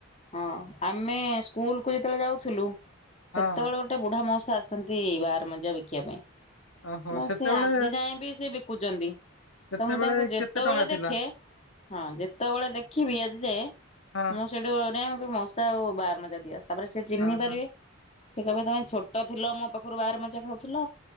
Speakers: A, on the left; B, on the left.
A: ହଁ ଆମେ ସ୍କୁଲକୁ ଯେତେବେଳେ ଯାଉଥିଲୁ
B: ହଁ
A: ସେତବଳେ ଗୋଟେ ବୁଢା ମାଉସା ଆସନ୍ତି ବାର ମଜା ବିକିବା ପାଇଁ।
B: ଓହୋ
A: ନା
B: ସେତେବେଳେ
A: ସେ ଆଜି ଯାଏ ବି ସେ ବିକୁଚନ୍ତି।
B: ସେତେବେଳେ
A: ତ ମୁଁ ତାଙ୍କୁ ଯେତେବେଳେ
B: କେତେ ଟଙ୍କା
A: ଦେଖେ
B: ଥିଲା
A: ହଁ ଯେତବଳେ ଦେଖିବି ଆଜି ଯାଏ
B: ହଁ
A: ମୁଁ ସେଇଠୁ କିଣିବି ମୁଁ କହିବି ମଉସା ଆଉ ବାର ମଜା ଦିଅ ତାପରେ ସେ ଚିହ୍ନି
B: ହଁ ହଁ
A: ପାରିବେ ସେ କହିବେ ହେ ଛୋ ଟ ଥିଲ ମୋ ପାଖରୁ ବାଆର ମଜା ଖାଉଥିଲ,